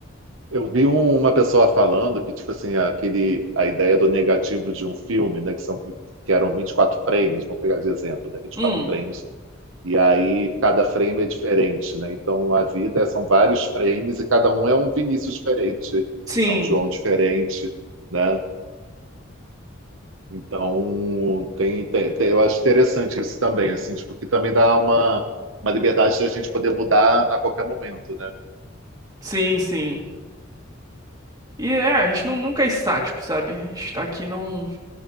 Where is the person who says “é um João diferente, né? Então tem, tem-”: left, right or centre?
Right